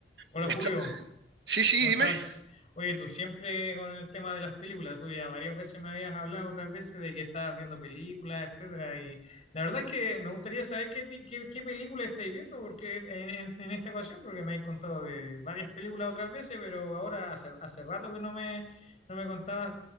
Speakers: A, on the left; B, on the right.
A: Hola
B: Me
A: Julio,
B: está- Sí, sí,
A: ¿cómo estás?
B: dime.
A: Oye, tú siempre con el tema de las películas, tú ya varias veces me habías hablado otras veces de que estabas viendo películas, etcétera, y la verdad es que me gustaría saber qué, ti- qué, qué película estáis viendo porque en, en- en esta ocasión, porque me habéis contado de varias películas otras veces, pero ahora hace, hace rato que no me, no me contabas